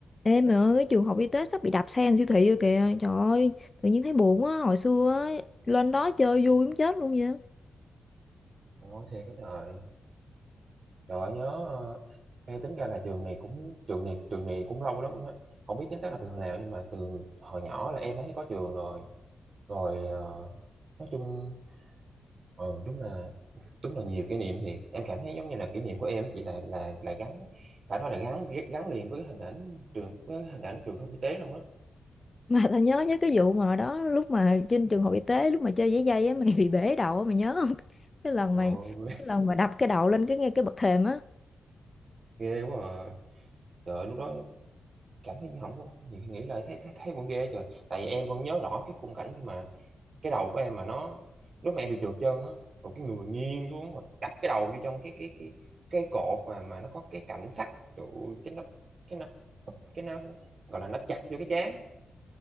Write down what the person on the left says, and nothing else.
Ê mày ơi, cái trường học y tế sắp bị đạp xe thành siêu thị rồi kìa. Trời ơi, tự nhiên thấy buồn á. Hồi xưa á, lên đó chơi vui muốn chết luôn vậy. <laughs>
Mà tao nhớ nhớ cái vụ mà hồi đó lúc mà trên trường học y tế lúc mà chơi giấy dây á mày <laughs> bị bể đầu á, mày nhớ không? Cái lần
mày
cái lần mà đập cái đầu lên cái ngay cái bậc thềm á.